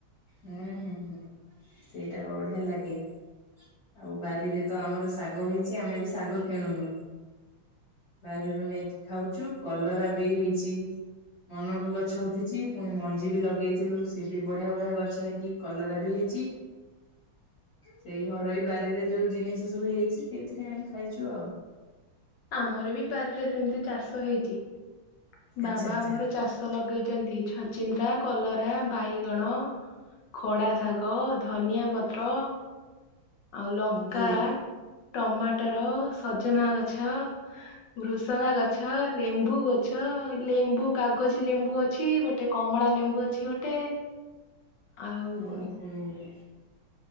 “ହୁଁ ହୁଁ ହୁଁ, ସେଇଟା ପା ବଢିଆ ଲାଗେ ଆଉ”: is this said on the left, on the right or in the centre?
Left